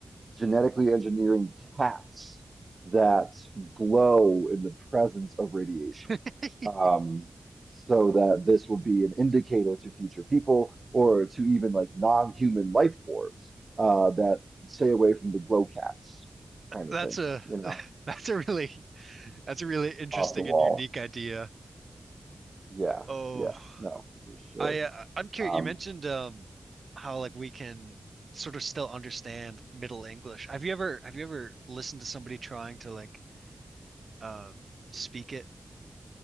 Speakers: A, on the right; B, on the right.
A: genetically engineering cats that glow in the presence of radiation.
B: <laughs>
A: Um, so that this will be an indicator to future people or to even like non-human life forms uh, that stay away from the glow cats kind
B: that's
A: of thing,
B: a
A: you know,
B: <laughs> that's a really that's a really interesting
A: off the wall.
B: and unique idea.
A: Yeah,
B: Oh,
A: yeah, no, for sure.
B: I uh, I'm curious.
A: Um,
B: You mentioned um how like we can sort of still understand Middle English. Have you ever have you ever listened to somebody trying to like um, speak it.